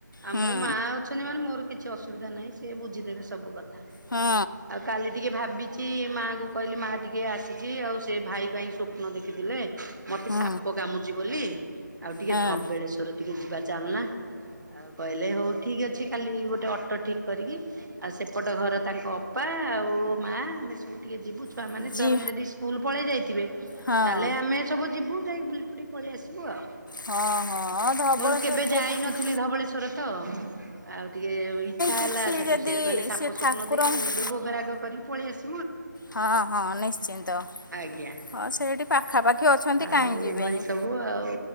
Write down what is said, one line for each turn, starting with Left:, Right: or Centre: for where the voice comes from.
Right: ଆମର
Left: ହୁଁ
Right: ମା ଅଛନ୍ତି ମାନେ ମୋର କିଛି ଅସୁବିଧା ନାହିଁ, ସିଏ ବୁଝିଦେବେ ସବୁ କ ଥା।
Left: ହଁ
Right: ଆଉ କାଲି ଟିକେ ଭା ଭାବିଚି ମାଆଙ୍କୁ କହିଲି ମାଆ ଟିକିଏ ଆସିଚି, ଆଉ ସେ ଭାଇ ପାଇଁ ସ୍ୱପ୍ନ ଦେଖିଥିଲେ ମତେ
Left: ହଁ
Right: ସାପ କାମୁଡିଚି ବୋଲି, ଆଉ ଟିକେ
Left: ହଁ।
Right: ଧବଳେଶ୍ଵର ଟିକେ ଯିବା ଚାଲୁନା? ଆଉ କହିଲେ ହଉ ଠିକ୍ ଅଛି। କାଲିକି ଗୋଟେ ଅଟୋ ଠିକ୍ କରିକି ଆଉ ସେପଟ ଘର ତାଙ୍କ ଅପା ଆଉ ମାଆ ଆମେ ସବୁ ଟିକେ ଯିବୁ ଛୁଆମାନେ,
Left: ଜି
Right: ଛୁଆମାନେ ଯଦି ସ୍କୁଲ ପଳେଇ ଯାଇଥିବେ
Left: ହଁ
Right: ତାହେଲେ ଆମେ ସବୁ ଯିବୁ ଯାଇକି ବୁଲି ପଡ଼ି ପଳେଇ ଆସିବୁ ଆଉ।
Left: ହଁ ହଁ ହଁ ଧବଳେଶ୍ଵରେ
Right: ମୁଁ କେବେ ଯାଇନଥିଲି
Left: ଯେଦି ଯି
Right: ଧବଳେଶ୍ଵର ତ ଆଉ ଟିକେ ଇଚ୍ଛା
Left: କିଛି
Right: ହେଲା ସେଠୁ
Left: ଯଦି
Right: ସିଏ କହିଲେ ସାପ
Left: ସେ
Right: ସ୍ୱପ୍ନ
Left: ଠାକୁରଙ୍କୁ
Right: ଦେଖିଚି, ମୁଁ ଟିକେ ଭୋଗ ରାଗ କରିକି ପଳେଇ ଆସି
Left: ହଁ ହଁ ନିଶ୍ଚିନ୍ତ।
Right: ଆଜ୍ଞା
Left: ହଁ ସେଇଟି ପାଖାପାଖି ଅଛନ୍ତି
Right: ଆଉ
Left: କାହିଁକି
Right: ଏଇଭଳି
Left: ଯିବେନି।
Right: ସବୁ ଆଉ